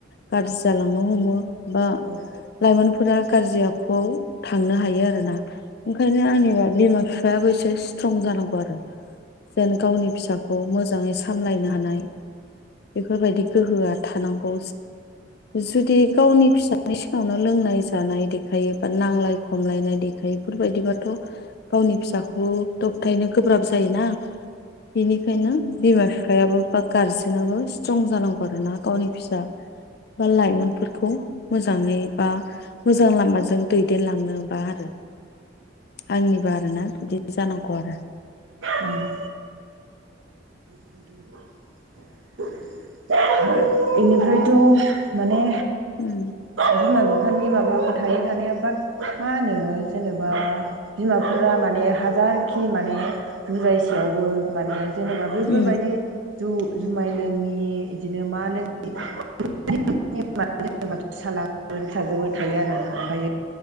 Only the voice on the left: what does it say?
गाज्रि जालांनो हमो बा
लाइमोन फोरा गाज्रि आखुआव थांनो हायो आरो ना ओंखायनो आंनिबा बिमा बि दाबो एसे स्ट्रं जानांगौ आरो जेन गावनि फिसाखौ मो जाङै सामलायनो हानाय बेफोरबायदि गोहोआ थानांगौ जुदि गावनि फिसानि सिगाङावनो लोंनाय जानाय देखायो बा नांलाय खमलायनाय देखायो बेफोरबायदिबाथ गावनि फिसाखौबो दबथायनो गोब्राब जायोना। बेनिखायनो बिमा फिफायाबो बा गारजेनाबो स्ट्रं जानांगौ आरोना गावनि फिसा बा लाइमोनफोरखौ मोजां मोजाङै बा मोजां लामाजों जों दैदेनलांनोबा आरो। आंनि बा आरो‌ ना। जानांगौ आरो।
उम
उम